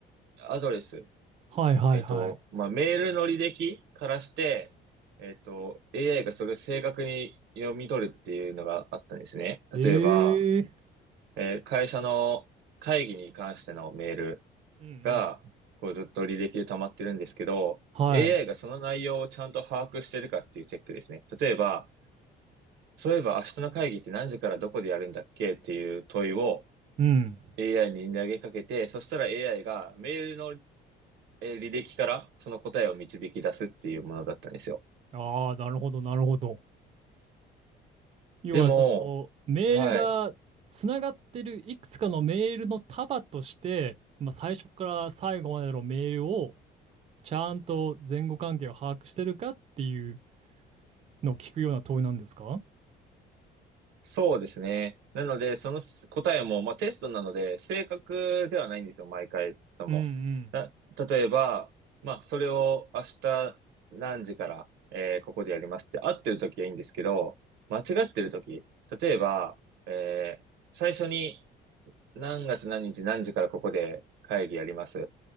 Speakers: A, on the right (about 80°); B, on the right (about 35°).
A: アドレス
B: いはいはい。
A: えっと、まあ、メールの履歴からして、えっと、AI がそれを正確に読み取るっていうのがあったんですね。
B: ええ。
A: 例えば、えー会社の会議に関してのメール
B: うんうん。
A: が、こうずっと履歴で溜まってるんですけど、
B: はい。
A: AI がその内容をちゃんと把握してるかっていうチェックですね。例えば、そういえば明日の会議って何時からどこでやるんだっけっていう問いを
B: うん。
A: AI に投げかけて、そしたら AI がメールのえー履歴からその答えを導き出すっていうものだったんですよ。
B: ああ、なるほど、なるほど。要はそのメールがつながってるいくつかのメールの束として、
A: でも、はい。
B: まあ、最初から最後までのメールをちゃんと前後関係を把握してるかっていうのを聞くような問いなんですか
A: そうですね。なので、その答えも、まあ、テストなので、正確ではないんですよ、毎回とも。
B: うんうん。
A: な、例えば、まあ、それを明日何時から、えーここでやりますって合ってる時はいいんですけど、間違ってる時、例えば、えー最初に何月何日何時からここで会議やります。